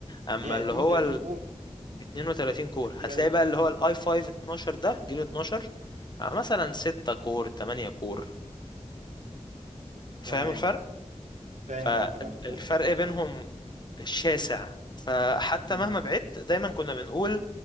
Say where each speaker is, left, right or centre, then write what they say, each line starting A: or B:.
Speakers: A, on the left; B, on the right.
A: اما
B: يا
A: اللي
B: 32
A: هو
B: كور <laughs>
A: 32 كور
B: ده كتير
A: هتلاقي
B: قوي
A: بقى اللي هو الاي 5 12 ده جيل 12 آه، مثلا 6 كور 8 كور فاهم
B: تمام
A: الفرق
B: فاهم
A: فالفرق
B: اه طبعا الفرق
A: بينهم شاسع فحتى
B: امم
A: مهما بعدت دايما كنا بنقول